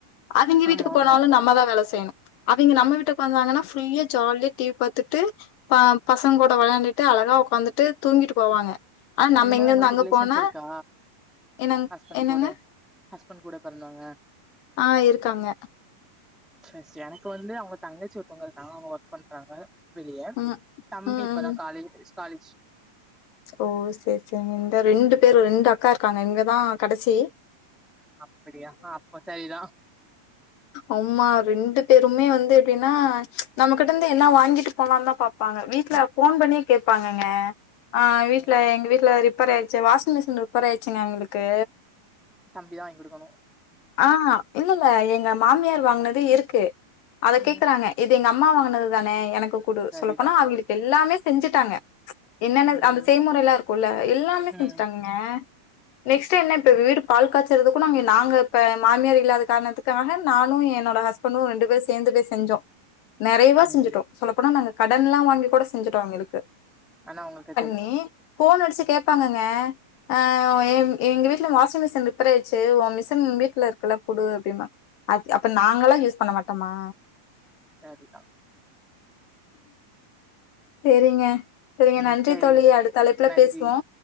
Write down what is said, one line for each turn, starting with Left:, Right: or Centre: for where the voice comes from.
Left: அவிங்க வீட்டுக்கு
Centre: ஆமா ஆமா
Left: போனாலு நம்மதா வேல செய்யணு அவிங்க நம்ம வீட்டு உ வந்தாங்கன்னா ஃபுல்லா ஜாலியா டிவி பாத்துட்டு ப பசங்க கூட வெளாண்டுட்டு அழகா வொக்காந்துட்டு தூங்கிட்டு போவாங்க ஆ நம்ம
Centre: அந்த மாரி
Left: இங்க இருந்து
Centre: உங்களுக்கு
Left: அங்க
Centre: ரிலேஷன்ஸ்
Left: போனா
Centre: இருக்கா
Left: என்னங்
Centre: ஹஸ்பண்ட்
Left: என்னங்க
Centre: கூட ஹஸ்பண்ட் கூட பிறந்தவங்க
Left: ஆ இருக்காங்க
Centre: ஃபர்ஸ்ட் எனக்கு வந்து அவுங்க தங்கச்சி ஒருத்தவங்க இருக்காங்க அவுங்க ஒர்க் பண்றாங்க வெளிய
Left: ம்
Centre: தம்பி
Left: ம்
Centre: இப்ப நா
Left: ம்
Centre: காலேஜ் முச்சி காலேஜ்
Left: ஓ சேரி சேரிங்க இந்த ரெண்டு பேரு ரெண்டு அக்கா க்காங்க இங்கதா கடசி
Centre: அப்பிடியா அப்ப சரிதா
Left: ஆமா ரெண்டு பேருமே வந்து எப்பிடின்னா நம்ம கிட்ட இந்து என்னா வாங்கிட்டு போலான்ட்தா பாப்பாங்க வீட்ல ஃபோன் பண்ணியே கேப்பாங்கங்க ஆ வீட்ல
Centre: ம்
Left: எங்க வீட்ல ரி ப்பரே ஆயிடுச்சி வாஷிங் மிஷின் ரிப்பேர் ஆயிடிச்சிங்க எங்களுக்கு
Centre: தம்பிதா வாங்கி குடுக்கணு
Left: ஆ இல்லல்ல எங்க மாமியார் வாங்கனது இருக்கு அத
Centre: ம்
Left: கேக்குறாங்க எ து எங்க அம்மா வாங்கனது தானே எனக் க்கு கூடு
Centre: சரிதா
Left: சொல்ல போனா அவிங்களுக்கு எல்லாமே செஞ்சிட்டாங்க என்னென்ன
Centre: ம்
Left: அந்த செய்முறைல்லா இருக்கும்ல்ல எல்லாமே
Centre: ம்
Left: செஞ்சிட்டாங்கங்க நெக்ஸ்ட் டைம்ன்ன இப்ப வீடு பால் காய்சறதுக்கு நாங்க எ நாங்க இப்ப மாமியார் இல்லாத காரணத்துக்காக நானு என்னோட ஹஸ்பண்டு ரெண்டு பேரும் சேந்து போய் செஞ்சோ நெறையவா
Centre: ம்
Left: செஞ்சிட்டோ சொல்லப்போனா நாங்க கடன்ல்லா வாங்கி கூட செஞ்சிட்டோ அவிங்களுக்கு
Centre: ஆனா உங்களுக்
Left: நீ ஃபோன் அடிச்சி ச்சி கோப்பாங்கங்க அ எ எங்க வீட்ல வாஷிங் மிஷின் ரிப்பேர் ஆயிடுச்சி உ மிஷின் வீட்ல இருக்குல்ல குடு அப்பிடின்னாங்க அப்ப நாங்களா யூஸ் பண்ண மாட்டோமா
Centre: சரிதா
Left: தெரிங்க சரிங்க
Centre: ம்
Left: நன்றி
Centre: சரி
Left: த் தோழி அடுத்த அழைப்புல
Centre: நன்றி
Left: பேசுவோ